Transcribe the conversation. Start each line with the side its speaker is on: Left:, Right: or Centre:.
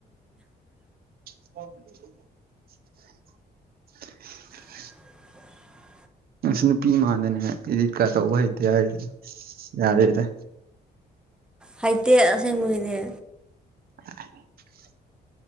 Right: <inaudible>
Centre: <inaudible>
Right: ꯅꯪꯁꯨ ꯅꯨꯄꯤ ꯏꯃꯥꯟꯗꯅꯦ ꯏꯗꯤꯠꯀꯥ ꯇꯧꯕ ꯍꯩꯇꯦ ꯍꯥꯏꯔꯤꯁꯦ ꯌꯥꯔꯦꯗ
Centre: ꯍꯩꯇꯦ ꯑꯁꯦꯡꯕꯒꯤꯅꯦ
Right: <unintelligible>